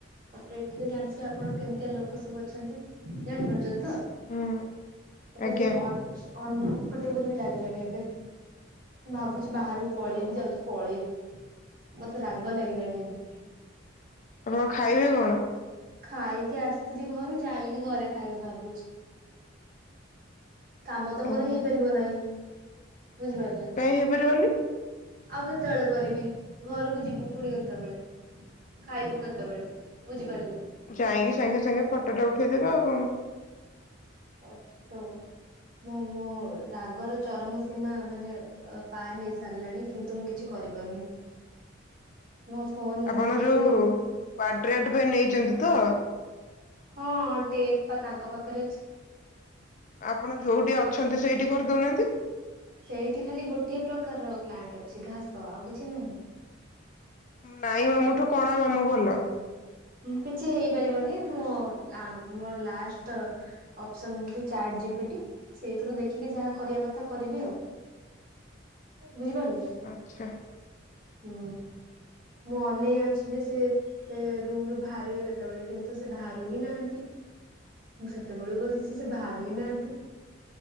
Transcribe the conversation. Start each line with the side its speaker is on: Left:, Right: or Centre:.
Right: ତାପରେ ଏଠିକି ଜାଣିଥିବେ ଆପଣ କେମ ଏ ଲୋକ ସବୁ ଅଛନ୍ତି ଜାଣିପାରୁଛନ୍ତି ତ
Left: ହୁଁ
Right: ମତେ
Left: ଆଜ୍ଞା
Right: ଟିକେ ଅନକମ୍ଫର୍ଟେବଲ ବି ଲାଗିଲାଣି ଏବେ ମୁ ଭାବୁଛି ବାହାରକୁ ପଳେଇବି
Left: ଓ
Right: ଯାଉଛି ପଳେଇବି ମତେ ରାଗ ଲାଗିଲାଣି ଏବେ।
Left: ଆପଣ ଖାଇବେ କଣ?
Right: ଖାଇକି ଆସିଥିଲି ଘରୁ ଯାଇକି ଘରେ ଖାଇବି ଭାବୁଛି। କାମ ତ ମୋର
Left: ଓହୋ
Right: ହେଇପାରିବ ନାହିଁ ବୁଝିପାରିଲେ?
Left: କାହିଁ ହେଇପାରିବନି।
Right: ଆଉ କେତେବେଳେ କରିବି ଘରକୁ ଯିବୁ ପୁଣି କେତେବେଳେ? ଖାଇବୁ ଗତ ବଳେ ବୁଝି ପାରିଲେ?
Left: ଯାଇକି ସାଙ୍ଗେ ସାଙ୍ଗେ ଫଟୋଟା ଉଠେଇଦେବେ ଆଉ କଣ?
Right: ଫଟୋ। ମୁଁ ମୋ ରାଗର ଚରମ ସୀମା ମାନେ ପାର ହେଇସାରିଲାଣି କିନ୍ତୁ ମୁଁ କିଛି କରିବି ମୁଁ ଫୋନ
Left: ଆପଣ
Right: ଦେଖି
Left: ଯୋଉ
Right: ଦେଖି
Left: <unintelligible> ପାଇଁ ନେଇଛନ୍ତି ତ?
Right: ହଁ ଟେପ ପା ତାଙ୍କ ପାଖରେ ଅଛି।
Left: ଆପଣ ଯୋଉଠି ଅଛନ୍ତି ସେଇଠି କରିଦଉନାହାନ୍ତି।
Right: ସେଇଠି ଖାଲି ଗୋଟିଏ ପ୍ରକାରର ପ୍ଲାଣ୍ଟ ଅଛି ଘାସ ଆଉ କିଛି ନାହିଁ।
Left: ନାଇଁ ମାମୁଠୁ କଣ ମାମୁଁ ଭଲ?
Right: କିଛି ହେଇପାରିବନି ମୁଁ ମୋର ଲାଷ୍ଟ ଅପସନ୍ ହେଉଛି ଚାର୍ଟ ଜିପି ଟି ସେଇଥିରୁ ଦେଖିକି ଯାହା କରିବା କଥା କରିବି ଆଉ ବୁଝିପାରିଲେ?
Left: ଆଛା।
Right: ହୁଁ ମୁଁ ଅନେଇ ଅଛି ଯେ ସେ ସେ ରୁମରୁ ବାହାରିବେ କେତେବେଳେ କିନ୍ତୁ ସେ ବାହାରୁବି ହିଁ ନାହାନ୍ତି। ମୁଁ ସେତେବେଳ ବସିଛି ସେ ବାହରୁ ହି ନାହାନ୍ତି